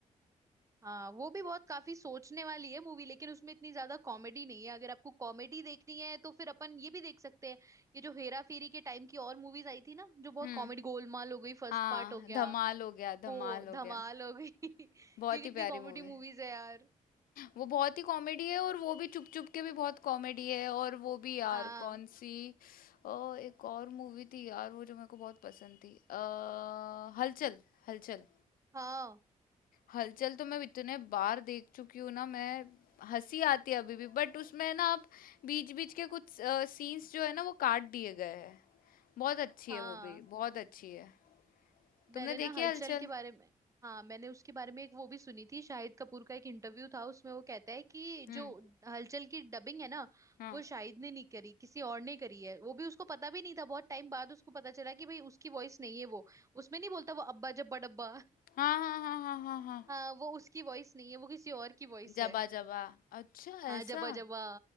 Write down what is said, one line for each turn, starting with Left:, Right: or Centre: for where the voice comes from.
Right: हाँ वो भी बहुत काफी सोचने वाली है मूवी लेकिन उसमें इतनी ज्यादा कॉमेडी नहीं है अगर आपको कॉमेडी देखनी है तो फिर अपन ये भी देख सकते हैं ये जो हेरा फेरी के टाइम की और मूवीज आई थी ना जो बहुत
Left: हम्म
Right: कॉमेडी गोलमाल हो गई फर्स्ट
Left: हाँ
Right: पार्ट हो गया
Left: धमाल हो गया धमाल
Right: वो
Left: हो
Right: धमाल
Left: गया
Right: हो गई <laughs>
Left: बहुत
Right: ये कितनी
Left: ही प्यारी
Right: कॉमेडी
Left: मूवी
Right: मूवीज है यार
Left: वो बहुत ही कॉमेडी है और वो भी चुप चुप के भी बहुत कॉमेडी है और वो भी यार
Right: हाँ
Left: कौन सी अ, एक और मूवी थी यार वो जो मेरे को बहुत पसंद थी आ, हलचल हलचल
Right: हाँ
Left: हलचल तो मैं इतने बार देख चुकी हूँ ना मैं हंसी आती है अभी भी बट उसमें ना आप बीच बीच के कुछ सीन्स जो है ना वो काट दिए गए हैं बहुत अच्छी
Right: हाँ
Left: है वो भी बहुत अच्छी है
Right: मैंने
Left: तुमने देखी
Right: ना हलचल
Left: है हलचल
Right: के बारे में हाँ मैंने उसके बारे में एक वो भी सुनी थी शाहिद कपूर का एक इंटरव्यू था उसमें वो कहता है कि
Left: हम्म
Right: जो हलचल की डबिंग है ना
Left: हाँ
Right: वो शाहिद ने नहीं करी किसी और ने करी है वो भी उसको पता भी नहीं था बहुत टाइम बाद उसको पता चला कि भाई उसकी वॉइस नहीं है वो उसमें नहीं बोलता वो अब्बा जब्बा डब्बा
Left: हाँ हाँ हाँ हाँ हाँ
Right: <laughs>
Left: हाँ
Right: हाँ वो उसकी वॉइस नहीं है वो किसी और की वॉइस
Left: जबा
Right: है
Left: जबा अच्छा
Right: हाँ
Left: ऐसा
Right: जब्बा जब्बा